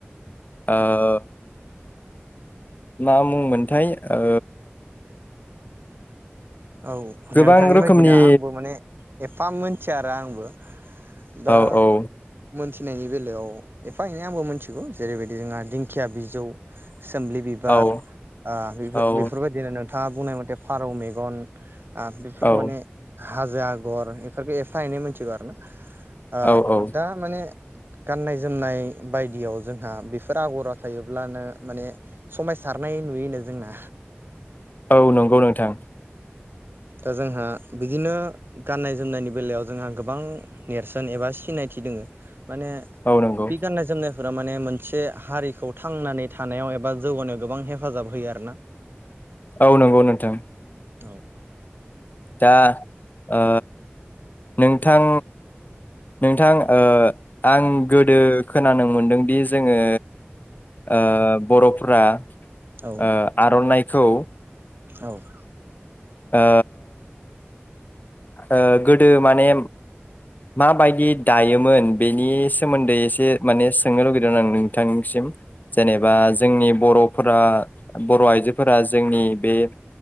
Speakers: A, on the left (about 45°); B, on the right (about 55°).
A: ओ मा मुंमोनथाय ओ
B: औ
A: गोबां
B: नोंथांनि
A: रोखोमनि
B: बायदिनो आंबो माने एफा मोनथिया आरो आंबो। दा
A: औ औ
B: मोनसे फिनायनि बेलायाव एफा एनै आंबो मिथिगौ जेरैबायदि जोंहा दिंखिया बिजौ। सोम्लि बिबार
A: औ
B: ओ
A: औ
B: बेफोरबायदिनो नोंथाङा बुंनाय मथे फारौ मेग गन ओ बेफोरखौ
A: औ
B: माने हाजो आगर इफोरखौ एफा एनै मोनथिगौ आरोना। ओ
A: औ औ
B: दा माने गाननाय जोमनाय बायदियाव जोंहा बेफोर आगरा थायोब्लानो माने समायसारनाय नुयोनो जोंना।
A: औ नंगौ नोंथां।
B: दा जोंहा बिदिनो गाननाय जोमनायनि बेलायाव जोंहा गोबां नेरसोन एबा सिनायथि दोङो। माने
A: औ नंगौ
B: बे गाननाय जोमनाय फोरा माने मोनसे हारिखौ थांनानै थानायाव एबा जौगानायाव गोबां हेफाजाब होयो आरोना।
A: औ नंगौ नोंथां।
B: औ।
A: दा ओ नोंथां नोंथां ओ आं गोदो खोनानो मोनदोंदि जोङो ओ बर'फ्रा
B: औ
A: ओ आर'नाय खौ
B: औ ।
A: ओ ओ गोदो माने मा बायदि दायो मोन बेनि सोमोन्दै एसे माने सोंनो लुबैदों आं नोंथांसिम जेनेबा जोंनि बरफोरा बर आइजोफोरा जोंनि बे